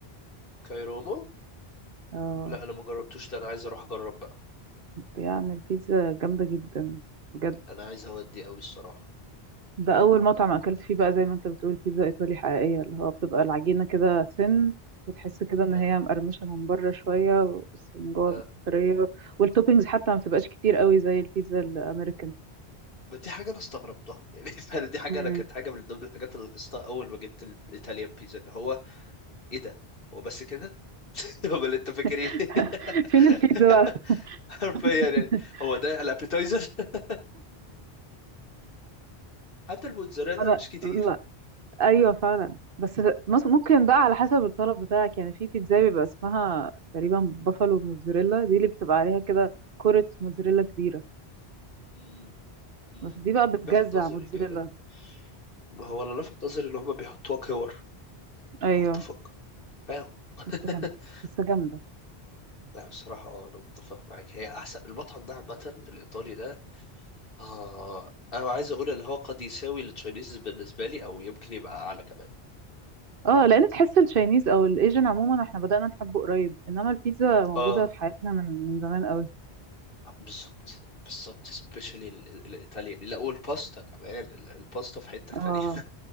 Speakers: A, on the left (about 60°); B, on the right (about 60°).
A: <laughs> كايرومو
B: اه
A: لا أنا ما جربتوش ده أنا عايز أروح أجرب بقى
B: بيعمل بيتزا جامده جدا بجد
A: أنا عايز أودي أوي الصراحة
B: ده اول مطعم اكلت فيه بقى زي ما انت بتقول بيتزا ايطالي حقيقيه اللي هو بتبقى العجينه كده سن وتحس كده ان
A: آه.
B: هي مقرمشه من بره شويه بس من جوه
A: آه.
B: طريه والتوبينجز حتى ما بتبقاش كتير قوي زي البيتزا الامريكان
A: ما دي حاجة أنا استغربتها يعني <laughs> فعلا دي حاجة
B: مم.
A: أنا كانت حاجة من ضمن الحاجات اللي لاحظتها أول ما جبت الإيطاليان بيتزا إن هو إيه ده؟ هو بس كده؟ <laughs> هو اللي أنت فاكر
B: <laughs>
A: إيه؟ <laughs> <laughs>
B: فين البيتزا بقى
A: حرفيا
B: <laughs>
A: يعني هو ده الابيتايزر <laughs> حتى الموتزاريلا
B: انا
A: مش كتير
B: لا ايوه فعلا بس مس- ممكن بقى على حسب الطلب بتاعك يعني في بيتزا بيبقى اسمها تقريبا بافالو موتزاريلا دي اللي بتبقى عليها كده كرة موتزاريلا كبيرة
A: مم، مم.
B: بس دي بقى بتجزع
A: لفت نظري
B: موتزاريلا
A: كده ما هو اللي لفت نظري اللي هما بيحطوها كور
B: ايوه
A: هو اتفق فاهم <laughs>
B: بس جامدة بس جامدة
A: لا بصراحة اه أنا متفق معاك هي أحسن المطعم ده عامة الإيطالي ده آه أنا عايز أقول إن هو قد يساوي التشاينيز بالنسبة لي أو يمكن يبقى أعلى كمان
B: اه لان تحس التشاينيز او الايجن عموما احنا بدأنا نحبه قريب انما البيتزا موجودة
A: اه
B: في حياتنا من من زمان قوي
A: آه، بالظبط بالظبط سبيشالي الإيطاليان لا والباستا كمان ال- الباستا في حتة
B: اه
A: تانية